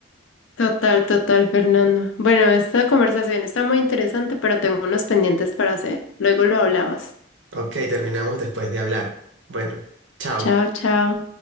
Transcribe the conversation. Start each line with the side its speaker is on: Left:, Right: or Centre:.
Left: Total, total, Fernando. Bueno, esta conversación está muy interesante, pero tengo unos pendientes para hacer. Luego lo hablamos.
Right: Ok, terminamos después de hablar. Bueno, chao.
Left: Chao, chao.